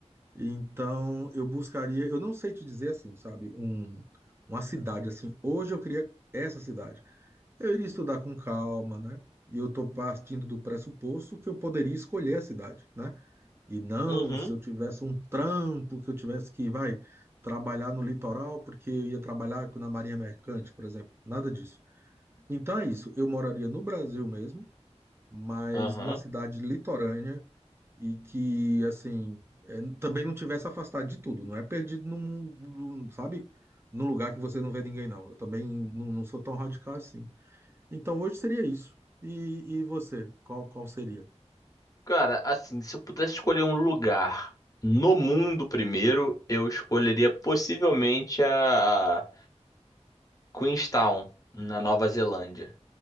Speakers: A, on the right; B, on the left.
A: Então, eu buscaria, eu não sei te dizer assim, sabe, um, uma cidade assim. Hoje eu queria essa cidade. Eu iria estudar com calma, né? E eu estou partindo do pressuposto que eu poderia escolher a cidade, né? E não,
B: Uhum,
A: se eu tivesse um trampo, que eu tivesse que, vai, trabalhar no litoral, porque eu ia trabalhar na Marinha Mercante, por exemplo. Nada disso. Então é isso. Eu moraria no Brasil mesmo, mas
B: aham.
A: numa cidade litorânea e que, assim, é, também não tivesse afastado de tudo. Não é perdido num, num- sabe? Num lugar que você não vê ninguém, não. Eu também não, não sou tão radical assim. Então hoje seria isso. E, e você? Qual, qual seria?
B: Cara, assim, se eu pudesse escolher um lugar no mundo primeiro, eu escolheria possivelmente a Queenstown, na Nova Zelândia.